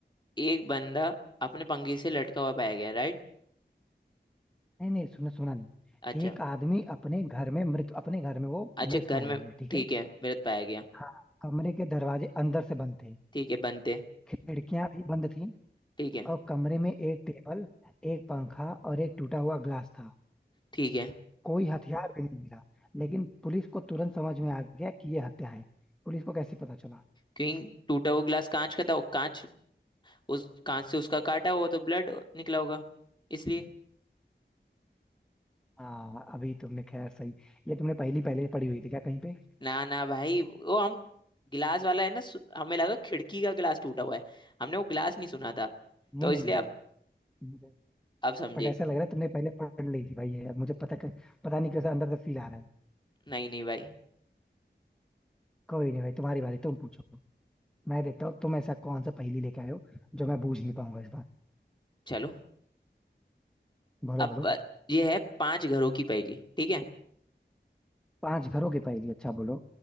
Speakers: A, on the left; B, in the centre.
A: एक बंदा अपने पंखे से लटका हुआ पाया गया राइट
B: नहीं नहीं सुना सुना नहीं
A: अच्छा
B: एक आदमी अपने घर में मृत अपने घर में वो
A: अच्छा
B: मृत
A: घर
B: पाया
A: में
B: गया ठीक
A: ठीक
B: है
A: है मृत पाया गया
B: हाँ कमरे के दरवाजे अंदर से बंद थे
A: ठीक है बनते
B: खिड़कियां भी बंद थी
A: ठीक है
B: और कमरे में एक टेबल एक पंखा और एक टूटा हुआ ग्लास था
A: ठीक है
B: कोई हथियार भी नहीं मिला लेकिन पुलिस को तुरंत समझ में आ गया कि ये हत्या है पुलिस को कैसे पता चला
A: क्योंकि टूटा हुआ गिलास कांच का था और कांच उस कांच से उसका काटा होगा तो ब्लड निकला होगा इसलिए
B: हाँ अभी तुमने खैर सही ये तुमने पहली पहले पढ़ी हुई थी क्या कहीं पे
A: ना ना भाई वो हम गिलास वाला है ना सु- हमें लगा खिड़की का गिलास टूटा हुआ है हमने वो गिलास नहीं सुना था
B: नहीं
A: तो
B: नहीं
A: इसलिए
B: नहीं
A: अब
B: नहीं, मुझे
A: अब समझे
B: बट ऐसा लग रहा है तुमने पहले पढ़ ली थी भाई ये अब मुझे पता कर, पता नहीं कैसा अंदर से फील आ रहा है
A: नहीं नहीं भाई
B: कोई नहीं भाई तुम्हारी बारी तुम पूछो मैं देखता हूँ तुम ऐसा कौन सा पहेली लेके आए हो जो मैं बूझ नहीं पाऊंगा इस बार
A: चलो
B: बोलो
A: अब
B: बोलो
A: ब- ये है पांच घरों की पहेली ठीक है
B: पांच घरों की पहेली अच्छा बोलो